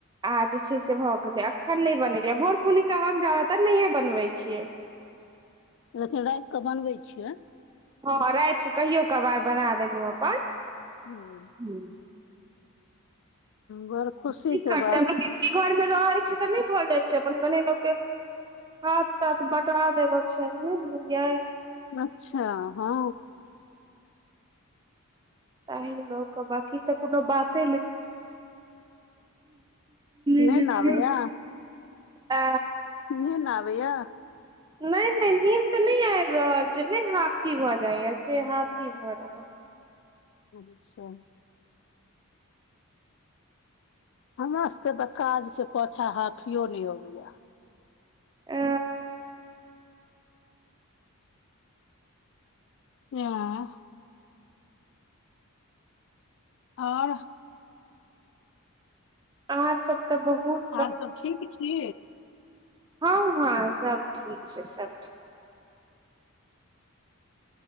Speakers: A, on the right; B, on the left.
A: आ जे छै से भऽ गेलै अखन नहि बनेलै भोर पूनिका हम नहियै बनबै छियै
B: लेकिन राति के बनबै छियै
A: हँ राइत कऽ कहियो कभार बना देलु अपन
B: <unintelligible>
A: हूँ
B: बड़ खुशी
A: की
B: के
A: करतै
B: बात
A: <unintelligible> घरमे रहै छै तऽ नहि भऽ जाइत छै अपन गने लोकके हाथ तात बटा देब के चाही नैय बुझलियै
B: अच्छा हँ
A: ताहि लऽ कऽ बाकी तऽ कुनो बाते नहि
B: निन्न
A: <inaudible> देखियौ
B: आबैया
A: आ
B: निन आबै या
A: नहि नहि नीन्द नहि आबि रहल छै ने हाफी भए जाया से हाफी भए रहल
B: अच्छा हमरा सबके तऽ काज के पाछा हाफियो नैय आबै यै
A: ओ
B: ऐं आओर
A: अहाँ सभ तऽ बहुत
B: आओर सब ठीक छी
A: हँ हँ सब ठीक छै सब ठीक